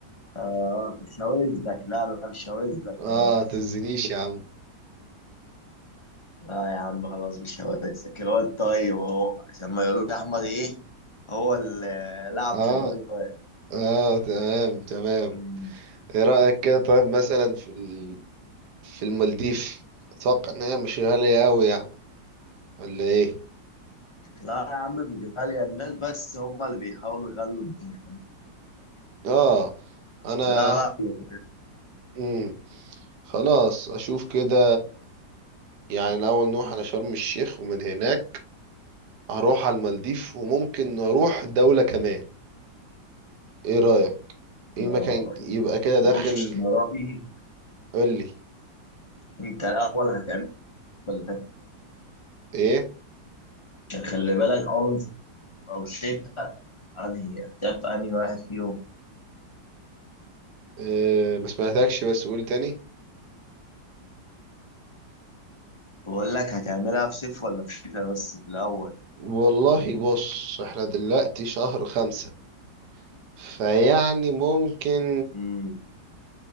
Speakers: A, on the left; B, on the right.
A: آه شواذك لا لا مش شواذك
B: اه
A: خلاص
B: تزنيش يا عم
A: لا يا عم خلاص مش شواذك الواد طيب أهو عشان ما يقولوش أحمد إيه هو اللي لعب
B: اه
A: في دماغ الواد
B: اه تمام تمام
A: مم.
B: ايه رأيك كده طيب مثلا في ال... في المالديف اتوقع ان هي مش غالية اوي يعني ولا ايه
A: لا يا عم مش غالية الناس بس هم اللي بيحاولوا يغلوا الدنيا
B: اه
A: بس
B: انا
A: لا لا
B: مم. خلاص اشوف كده يعني الأول نروح على شرم الشيخ ومن هناك هروح على المالديف وممكن أروح دولة كمان إيه رأيك؟ إيه
A: لا،
B: مكان يبقى كده داخل
A: بص أنا رأيي
B: قولي
A: أنت الأول هتعمل ولا
B: إيه؟
A: عشان خلي بالك عنف أو شتاء أنهي هتعمل أنهي واحد فيهم
B: إيه آه، ما سمعتكش بس قول تاني
A: بقول لك هتعملها في صيف ولا في شتاء بس في الأول
B: والله بص احنا دلوقتي شهر خمسة فيعني ممكن
A: امم